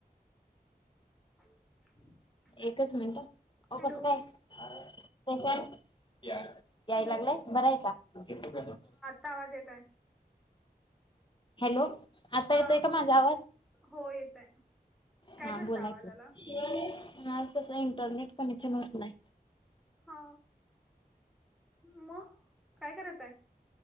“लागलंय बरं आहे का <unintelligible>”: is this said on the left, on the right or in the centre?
Left